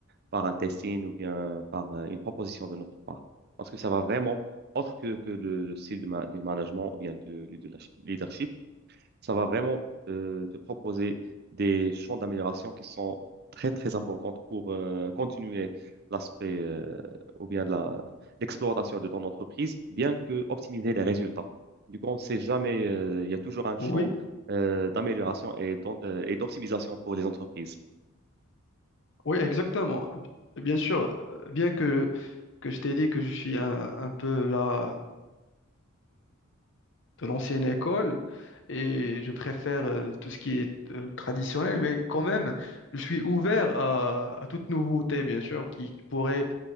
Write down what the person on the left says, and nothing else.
Oui,
oui, exactement. B- Bien sûr, euh, bien que, que je t'ai dit que je suis un, un peu là de l'ancienne école et je préfère euh, tout ce qui est euh, traditionnel, mais quand même, je suis ouvert à, à toute nouveauté, bien sûr, qui, qui pourrait